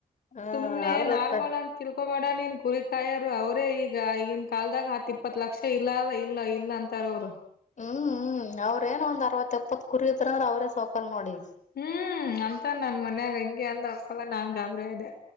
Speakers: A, on the left; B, on the left.
A: ಹ
B: ಸುಮ್ನೆ
A: ಆದ್ರ
B: ನಾರ್ಮಲ್ ಅಂತರು ಕೋಬೇಡ ನೀನ್ ಕುರಿ ಕಾಯರು ಅವರೇ ಈಗ ಈಗನ್ ಕಲ್ದಾಗ ಹತ್ ಇಪ್ಪತ್ ಲಕ್ಷ ಇಲ್ಲ ಇಲ್ಲ ಇಲ್ಲ ಅಂತ ತರ ಅವರು
A: ಹ್ಮ್ ಹ್ಮ್ ಅವ್ರೇಏನ ಒ್ ಅರವತ್ ಎಪ್ಪತ್ ಕುರಿ್ರಂದ್ರ ಅವ್ರೇ ಸೌಕಾರ ನೋಡಿ
B: ಹ್ಮ್ ಅಂತ ನನ್ ಮನ್ಯಾಗ ಅಂದ್ ಅಸಲ <unintelligible> ನನ್ ಗಾಬ್ರ ಇದೆ